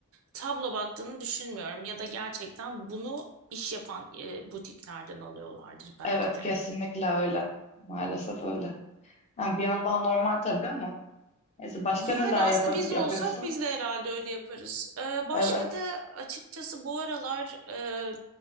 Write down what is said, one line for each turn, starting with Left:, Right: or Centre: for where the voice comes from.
Right: tablo baktığını düşünmüyorum ya da gerçekten bunu iş yapan e, butiklerden alıyorlardır belki
Left: evet
Right: de.
Left: kesinlikle öyle maalesef
Right: Hı
Left: öyle
Right: hı.
Left: yani bir yandan normal tabii ama Neyse başka
Right: Yani
Left: neler
Right: aslında
Left: yapa-
Right: biz olsak
Left: yapıyorsun?
Right: biz de herhalde öyle yaparız. Ee, başka
Left: Evet.
Right: da açıkçası bu aralar e,